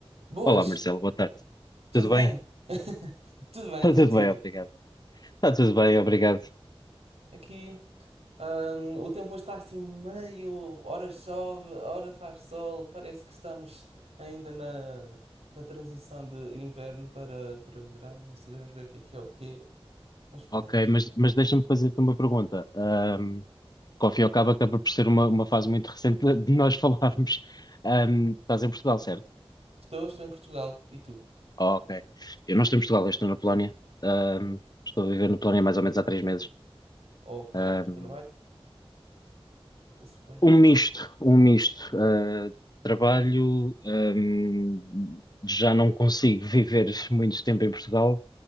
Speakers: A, on the right; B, on the left.
A: Boas,
B: Olá Marcelo, boa tarde.
A: tudo
B: Tudo bem?
A: bem? <laughs> Tudo bem
B: Está
A: contigo?
B: tudo bem, obrigado. Está tudo bem, obrigado.
A: Aqui, hum, o tempo hoje está assim meio, ora chove, ora faz sol, parece que estamos ainda na, na transição de inverno para, para verão, não sabemos bem o que é que é o quê, mas pronto.
B: Ok, mas, mas deixa-me fazer-te uma pergunta. Ahm, que ao fim e ao cabo acaba por ser uma, uma fase muito recente <laughs> de de nós falarmos. Ahm, estás em Portugal, certo?
A: Estou, estou em Portugal, e tu?
B: Oh, ok. Eu não estou em Portugal, eu estou na Polónia. Ahm, estou a viver na Polónia mais ou menos há três meses.
A: Ok,
B: Ahm,
A: por trabalho, suponho.
B: um misto, um misto. Ah, trabalho, ahm, já não consigo viver muito tempo em Portugal.